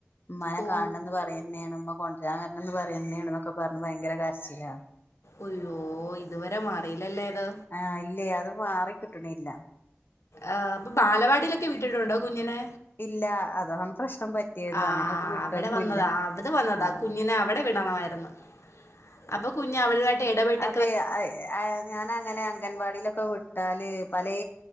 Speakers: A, on the left; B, on the left.
A: മ്മാനെ
B: ഓ
A: കാണണംന്ന് പറയെഞേണ് മ്മ കൊണ്ടെരാൻ വെര്ണെംന്ന് പറയെഞ്ഞേണ്ന്നൊക്കെ പറ്ഞ്ഞ ഭയങ്കര കര്ച്ചിലാ
B: ഉയ്യോ ഇതുവരെ മാറിയില്ലല്ലേത്
A: ആഹ് ഇല്ലേ അത് മാറിക്കിട്ട്ണ്ല്ല
B: ആഹ് അപ്പോ ബാലവാടിയിലൊക്കെ വിട്ടിട്ടുണ്ടോ കുഞ്ഞിനെ
A: ഇല്ല അതാണ് പ്രശ്നം പറ്റിയത്
B: ആഹ്
A: അങ്ങനെട്ട് വിട്ടതും
B: അവിടെ വന്നതാ
A: ഇല്ല
B: അവിടെ വന്നതാ
A: ആഹ്
B: ആ കുഞ്ഞിനെ അവിടെ വിടണമായി ര്ന്ന് അപ്പോ കുഞ്ഞ് അവര്ടേതായ്ട്ട് എടപെട്ട്
A: <unintelligible> ഞാനങ്ങെനാ ഗൻവാടിയിലൊക്കെ വിട്ടാല് പലേ